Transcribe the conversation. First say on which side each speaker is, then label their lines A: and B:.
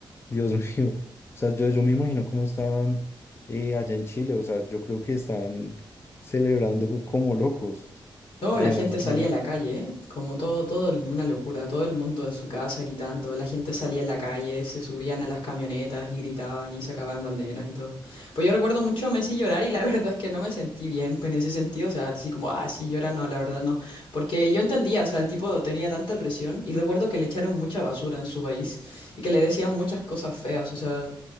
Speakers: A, on the left; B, on the left.
A: Dios <laughs> mío. O sea, yo, yo me imagino cómo estaban eh, allá en Chile. O sea, yo creo que están celebrando co- como locos.
B: No,
A: Además
B: la gente
A: que,
B: salía a la calle, ¿eh? Como todo, todo el- una locura, todo el mundo en su casa gritando, la gente salía a la calle, se subían a las camionetas y gritaban y sacaban banderas y todo. Pues yo recuerdo mucho a Messi llorar y la <laughs> verdad es que no me sentí bien en ese sentido, o sea, así como, ah, sí llora, no, la verdad no. Porque yo entendía, o sea, el tipo tenía tanta presión y recuerdo que le echaron mucha basura en su país y que le decían muchas cosas feas, o sea,